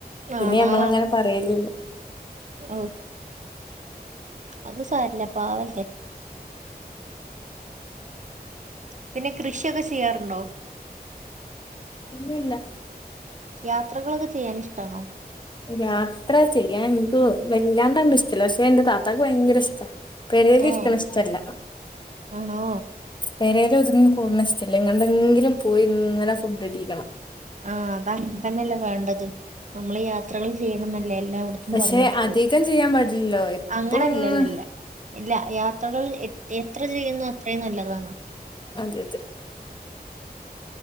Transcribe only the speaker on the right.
ആണോ
ഓ അത് സാരല്ല പാവല്ലെ പിന്നെ കൃഷിയൊക്കെ ചെയ്യാറ്ണ്ടോ
യാത്രകളൊക്കെ ചെയ്യാൻ ഇഷ്ടാണോ
ഏഹ്
ആണോ
ആഹ് അതങ്ങൻതന്നല്ലേ വേണ്ടത് നമ്മള് യാത്രകൾ ചെയ്യണം എന്നല്ലേ എല്ലായടത്തും
പറഞ്ഞിട്ട്ള്ളത്
അങ്ങനല്ലല്ലല്ല
ഇല്ല യാത്രകൾ എത്ര ചെയ്യുന്നു അത്രയും നല്ലതാണ്